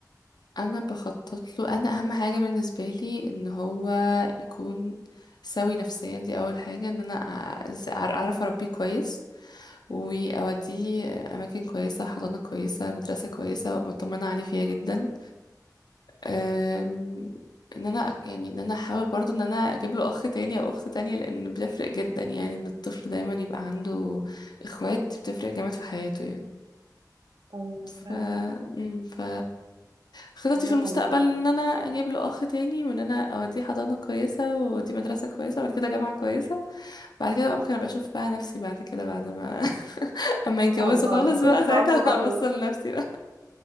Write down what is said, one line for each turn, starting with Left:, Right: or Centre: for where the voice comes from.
Left: أنا بخطط له أنا أهم حاجة بالنسبة لي إن هو يكون سوي نفسيا دي أول حاجة إن أنا أع- أعرف أربيه كويس وأوديه أماكن كويسة حضانة كويسة مدرسة كويسة وأبقى مطمنة عليه فيها جدا أم، إن أنا أك- يعني إن أنا أحاول برضو إن أنا أجيب له أخ تاني أو أخت تانية لأن بيفرق جدا يعني إن الطفل دايما يبقى عنده إخوات بتفرق جامد في حياته يعني
Right: ايوه
Left: ف...
Right: فعلا
Left: أم، ف خططي
Right: اللي
Left: في
Right: انا
Left: المستقبل
Right: عايزاه ان
Left: ان انا اجيب له اخ تاني وان انا اوديه حضانه كويسه واوديه مدرسه كويسه وبعد كده جامعه كويسه بعد كده بقى ممكن ابقى اشوف بقى نفسي بعد كده بعد ما <laughs> اما يتجوزوا
Right: شاء الله
Left: خالص
Right: انا كنت
Left: بقى
Right: العمر
Left: ساعتها
Right: بطيء
Left: <laughs> هبص
Right: ان
Left: لنفسي بقى